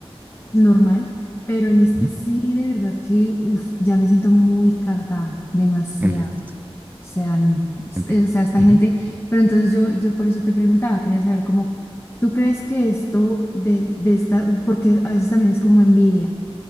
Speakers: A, on the left; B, on the right.
A: normal, pero en este
B: ujú,
A: sí, de verdad que, uf, ya me siento muy cargada, demasiado.
B: Entiendo,
A: O sea, n-
B: entiendo.
A: es- o sea, esta
B: ujú,
A: gente, pero entonces yo, yo por eso te preguntaba, quería saber cómo, ¿tú crees que esto de, de esta, porque a veces también es como envidia,